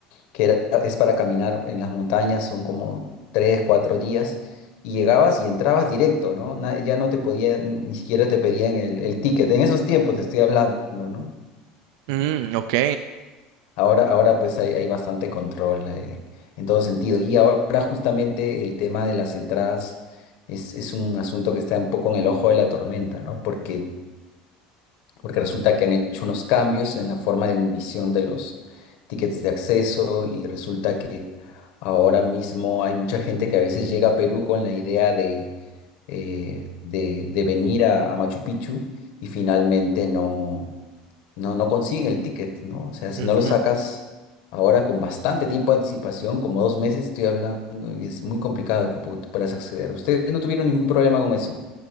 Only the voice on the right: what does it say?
Mm, ok.
Ujú.